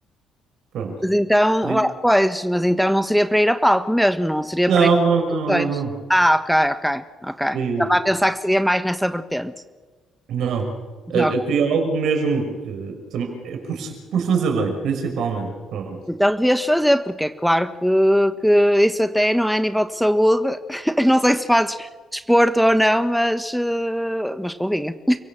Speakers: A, on the right; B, in the centre.
A: Pronto.
B: Mas então,
A: Seria-
B: lá- pois, mas então não seria para ir a palco mesmo, não seria
A: Não,
B: para ir a
A: não, não,
B: competições.
A: não, não.
B: Ah, ok, ok, ok. Estava
A: Seria-
B: a pensar que seria mais nessa vertente.
A: Não.
B: Ok.
A: Eh, Eu queria algo mesmo que tam- é por, se- por fazer bem, principalmente. Pronto.
B: Então devias fazer, porque é claro que, que isso até não é a nível de saúde. <laughs> Não sei se fazes desporto ou não, mas, eh, mas convinha.